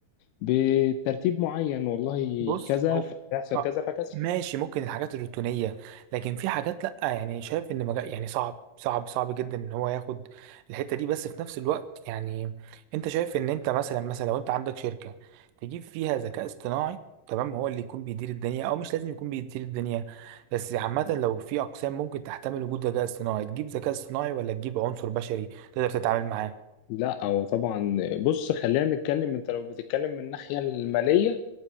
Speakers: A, on the left; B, on the right.
A: ب... بترتيب معين والله
B: بص
A: كذا
B: هو
A: فيحصل
B: آه،
A: كذا فكذا
B: ماشي ممكن الحاجات الروتينية لكن في حاجات لأ يعني شايف إن مجال يعني صعب صعب صعب جدا إن هو ياخد الحتة دي بس في نفس الوقت يعني أنت شايف إن أنت مثلا مثلا لو أنت عندك شركة تجيب فيها ذكاء اصطناعي تمام هو اللي يكون بيدير الدنيا أو مش لازم يكون بيدير الدنيا بس عامة لو في أقسام ممكن تحتمل وجود ذكاء اصطناعي تجيب ذكاء اصطناعي ولا تجيب عنصر بشري تقدر تتعامل معاه
A: لا هو طبعا بص خلينا نتكلم انت لو بتتكلم من الناحية المالية